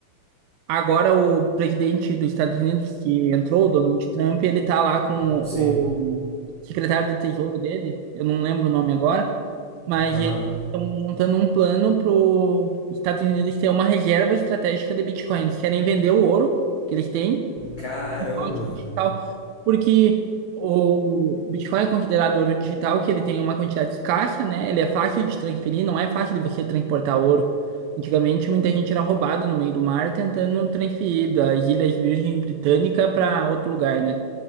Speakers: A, on the right; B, on the left.
A: Agora o presidente dos Estados Unidos que entrou, o Donald Trump, ele tá lá com o
B: Sim.
A: secretário do Tesouro dele, eu não lembro o nome agora, mas
B: Aham.
A: eles estão montando um plano para os Estados Unidos ter uma reserva estratégica de Bitcoin. Eles querem vender o ouro que eles têm
B: Caramba,
A: ótimo digital, porque o Bitcoin é considerado ouro digital, que ele tem uma quantidade escassa, né? Ele é fácil de transferir, não é fácil de você transportar ouro. Antigamente, muita gente era roubado no meio do mar tentando transferir das Ilhas Virgem Britânica para outro lugar, né?